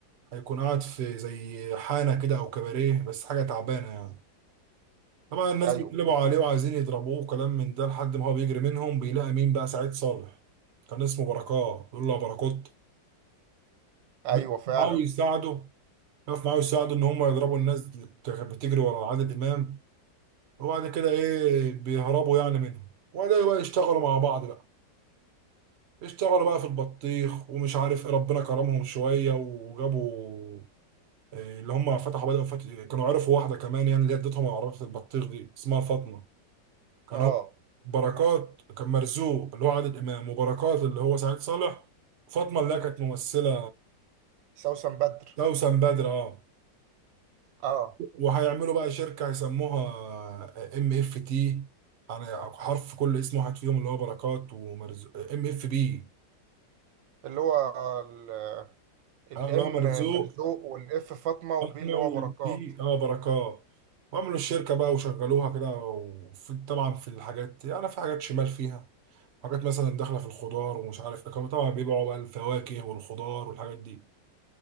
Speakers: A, on the right (about 55°); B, on the right (about 80°).
A: هيكون قاعد في زي حانه كده او كباريه بس حاجه تعبانه يعني طبعا الناس
B: ايوه
A: بيتقلبوا عليه وعايزين يضربوه وكلام من ده لحد ما هو بيجري منهم بيلاقي مين بقى سعيد صالح كان اسمه بركات بيقول له يا بركات
B: ايوه
A: بيقف
B: فعلا
A: معاه ويساعده بيقف معاه ويساعده ان هم يضربوا الناس اللي كانت بتجري ورا عادل امام وبعد كده ايه بيهربوا يعني منهم وبعدين بقى يشتغلوا مع بعض بقى اشتغلوا بقى في البطيخ ومش عارف ايه ربنا كرمهم شويه وجابوا إيه اللي هم فتحوا بدأوا فتح كانوا عرفوا واحده كمان يعني اللي هي ادتهم عربيه البطيخ دي اسمها فاطمه كان
B: اه
A: هو بركات كان مرزوق اللي هو عادل امام وبركات اللي هو سعيد صالح وفاطمه اللي هي كانت ممثله
B: سوسن بدر
A: توسم بدر اه
B: اه
A: وهيعملوا بقى شركه هيسموها ام اف تي يعني حرف كل اسم واحد فيهم اللي هو بركات ومرزوق ام اف بي
B: اللي هو ال- الام
A: اه اللي هو مرزوق
B: مرزوق والاف فاطمة وبي
A: احنا
B: اللي هو
A: والبي
B: بركات
A: اه بركات وعملوا الشركه بقى وشغلوها كده وفي طبعا في الحاجات يعني في حاجات شمال فيها حاجات مثلا داخله في الخضار ومش عارف ايه كانوا طبعا بيبيعوا بقى الفواكه والخضار والحاجات دي